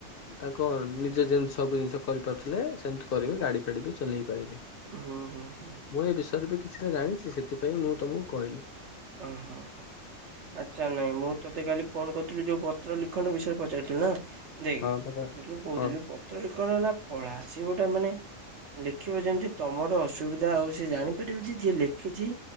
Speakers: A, on the left (about 60°); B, on the right (about 60°).
A: ତାଙ୍କ ନିଜେ ଯେମିତି ସବୁ ଜିନିଷ କରିପାରୁଥିଲେ, ସେମିତି କରିବେ। ଗାଡି ଫାଡି ବି ଚଲେଇ ପାରିବେ।
B: ହୁଁ ହୁଁ ହୁଁ।
A: ମୁଁ ଏ ବିଷୟରେ ବି କିଛିଟା ଜାଣିଛି, ସେଥିପାଇଁ ମୁଁ ତମକୁ କହିଲି।
B: ଓ ହୋ। ଆଚ୍ଛା, ନାଇଁ। ମୁଁ ତୋତେ କାଲି ଫୋନ୍ କରିଥିଲି, ଯୋଉ ପତ୍ର ଲିଖନ ବିଷୟରେ ପଚାରିଥିଲୁ ନା? ଦେଖ,
A: ହଁ ପରା
B: ମୁଁ <inaudible> କହୁଥିଲି,
A: ହଁ
B: ପତ୍ରରେ କଣ ହେଲା? କଳା ସେ ଗୋଟେ, ମାନେ ଲେଖିବ ଯେମିତି ତମର ଅସୁବିଧା ଆଉ ସିଏ ଜାଣିପାରିବ ଯେ ଯିଏ ଲେଖିଛି,